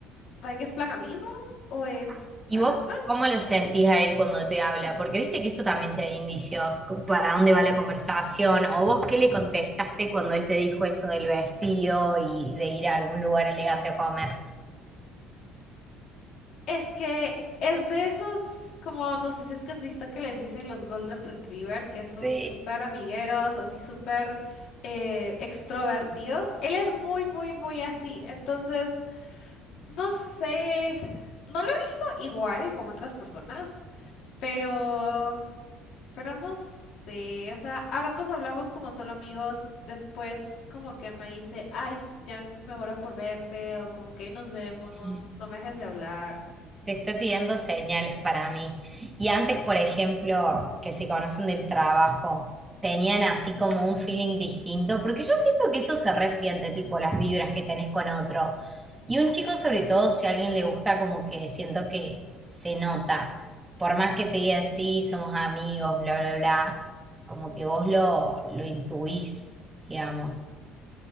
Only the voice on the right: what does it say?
<laughs> ¿Y
vos
cómo lo sentís a él cuando te habla? Porque viste que eso también te da indicios, co- para dónde va la conversación, o vos qué le contestaste cuando él te dijo eso del vestido y de ir a algún lugar elegante a comer.
Sí.
Mm.
Te está tirando señales para mí. Y antes, por ejemplo, que se conocen del trabajo, tenían así como un feeling distinto, porque yo siento que eso se resiente, tipo las vibras que tenés con otro. Y un chico, sobre todo, si a alguien le gusta, como que siento que se nota. Por más que te diga, sí, somos amigos, bla, bla, bla, como que vos lo, lo intuís, digamos.